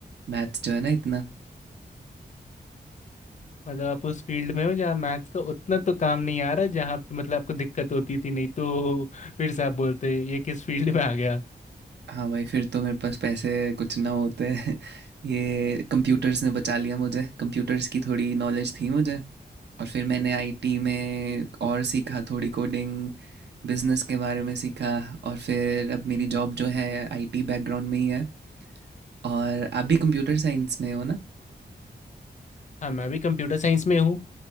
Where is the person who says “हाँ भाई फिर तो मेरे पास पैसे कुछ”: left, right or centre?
Right